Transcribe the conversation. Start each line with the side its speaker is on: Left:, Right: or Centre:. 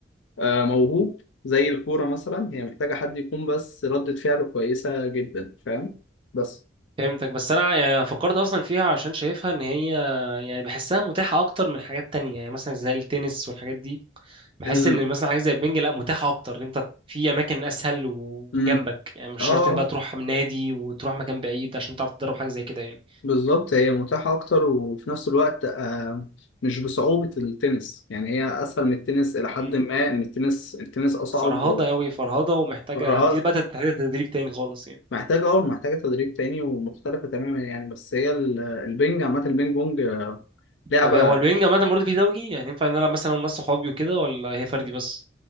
Left: آه، موهوب زي الكوره مثلا هي محتاجه حد يكون بس ردة فعله كويسه جدا فاهم بس
Right: فهمتك بس انا يعني أنا فكرت اصلا فيها عشان شايفها ان هي يعني بحسها متاحة اكتر من حاجات تانية يعني مثلا زي التنس والحاجات دي بحس
Left: ال...
Right: ان مثلا حاجه زي البنج لا متاحه اكتر انت في اماكن اسهل وجنبك
Left: مم.
Right: يعني مش
Left: اه
Right: شرط ان بقى تروح من نادي وتروح مكان بعيد عشان تعرف تدرب حاجه زي كده يعني
Left: بالظبط هي متاحة أكتر وفي نفس الوقت آه، مش بصعوبة التنس يعني هي أسهل من التنس إلى
Right: مم.
Left: حد ما إن التنس التنس أصعب
Right: فرهضه قوي فرهضه ومحتاجه
Left: ومهارات
Right: دي بقى محتاجه تدريب تاني خالص يعني
Left: محتاجة أه محتاجة تدريب تاني ومختلفة تماما يعني بس هي ال- البينج عامة البينج بونج آه، لعبة
Right: طب هو البنج عامه برضه في زوجي يعني ينفع نلعب مثلا ناس صحابي وكده ولا هي فردي بس